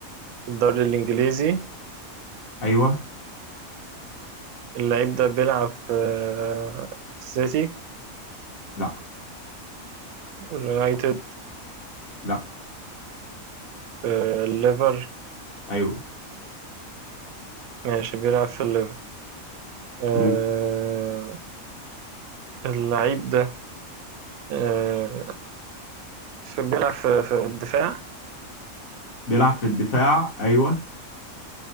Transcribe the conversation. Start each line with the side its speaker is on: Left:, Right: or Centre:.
Right: الدوري الانجليزي
Left: ايوه
Right: اللعيب ده بيلعب في آه، في السيتي
Left: لا
Right: اليونايتد
Left: لا
Right: في الليفر
Left: ايوه
Right: ماشي بيلعب في الليفر آه،
Left: مم.
Right: اللعيب ده آه، في بيلعب في, في الدفاع
Left: بيلعب في الدفاع ايوه